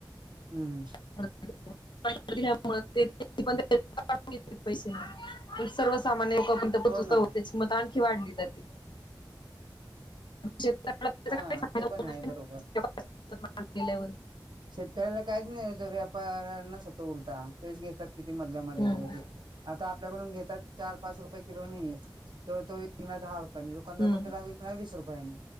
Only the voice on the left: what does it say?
<inaudible> <unintelligible> पैसे मग पण सर्व सामान्य पण <unintelligible>
होतेच मग त आणखी वाढली जाते. <unintelligible>
फायदा
होत
नाही ना.
त्या महाग गेल्यावर
हम्म
हम्म